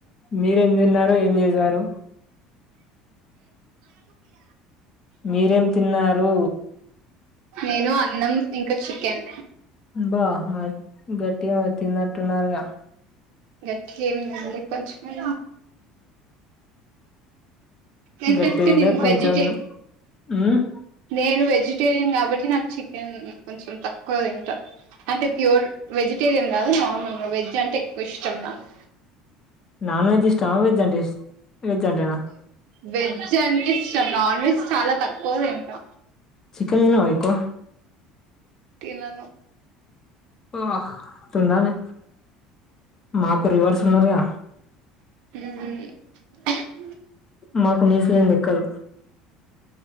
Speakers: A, on the left; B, on the right.
A: మీరేం తిన్నారు ఏం చేసారు మీరేం తిన్నారు
B: నేను అన్నం ఇంకా చికెన్
A: అబ్బా మా గట్టి తినట్టు ఉన్నారుగా
B: గట్టిగా ఏం తినలే కొంచమే ఎందుకంటె
A: గట్టిగానే
B: నేను
A: కొంచెం
B: వెజిటే
A: ఉమ్
B: నేను వెజి వేజిటేరియన్ కాబట్టి నాకు చికెన్ కొంచెం తక్కువ తింట అంటే ప్యూర్ వెజిటేరియన్ కాదు నార్మల్ గా వెజ్ అంటే ఎక్కువ ఇష్టం నాకు
A: నాన్ వెజ్ ఇష్టం వెజ్ అంటే ఇష్ట వెజ్ అంటేనా
B: వెజ్ అంటే ఇష్టం నాన్ వెజ్ చాలా తక్కువ తింటా
A: చికెన్ తినవా ఎక్కువ
B: తినను
A: <unintelligible> తండి మాకు రివర్స్ ఉన్నారుగా
B: ఉం
A: మాకు నీసు లేనిది ఎక్కదు